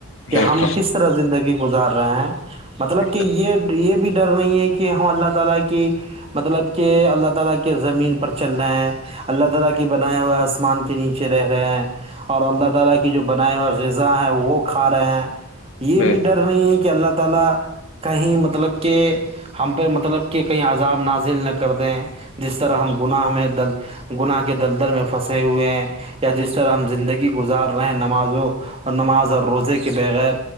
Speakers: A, on the right (about 25°); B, on the left (about 65°).
A: کہ
B: بے
A: ہم
B: شک
A: کس طرح زندگی گزار رہے ہیں مطلب
B: بے شک
A: کہ یہ یہ بھی ڈر نہیں ہے کہ ہم اللہ تعا لا کی مطلب کیا کہ اللہ تعا لا کے زمین پر چلنا ہے اللہ تعا لا
B: بے
A: کی بنایا ہوا مان کے نیچے رہے ہیں اور
B: شک
A: اللہ تعالی کے جو بناائے ہوئے غذا ہے وہ کھا رہے ہیں یہ
B: بے
A: بھی
B: شک
A: ڈر نہیں ہے کہ اللہ تعالی کہیں مطلب کہ ہم پہ مطلب کہ کہیں عزاب نازل نہ کر کر دیں جس طرح ہم گناہ میں دل گناہ کے دلدل میں پھنسے ہوئے ہیں یا جس طرح ہم زندگی گزار رہے ہیں نمازوں اور نماز اور روزے کے بغیر